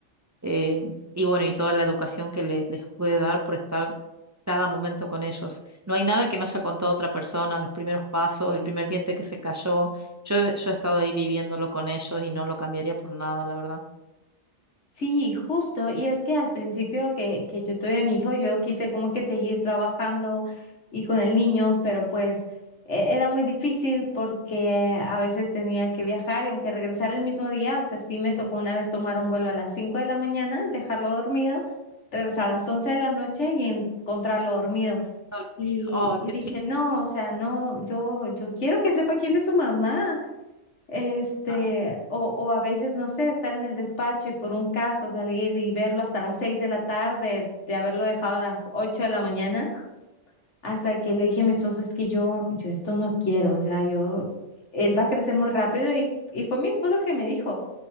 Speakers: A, on the right; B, on the left.
A: eh, y bueno, y toda la educación que les, les pude dar por estar cada momento con ellos. No hay nada que me haya contado otra persona, los primeros pasos, el primer diente que se cayó. Yo, he- yo he estado ahí viviéndolo con ellos y no lo cambiaría por nada, la verdad.
B: Sí, justo. Y es que al principio que, que yo tuve a mi hijo, yo quise como que seguir trabajando y con el niño, pero pues e- era muy difícil porque a veces tenía que viajar y aunque regresara el mismo día, o sea, sí me tocó una vez tomar un vuelo a las 5 de la mañana, dejarlo dormido, regresar a las 11 de la noche y encontrarlo dormido.
A: Dormido.
B: Y,
A: Oh,
B: y
A: qué
B: dije,
A: triste.
B: no, o sea, no, yo, yo quiero que sepa quién es su mamá, este,
A: Ah,
B: o, o a veces, no sé, estar en el despacho y por un caso salir y verlo hasta las seis de la tarde, de haberlo dejado a las ocho de la mañana, hasta que le dije a mi esposo, es que yo, yo esto no quiero, o sea, yo, él va a crecer muy rápido y, y fue mi esposo el que me dijo,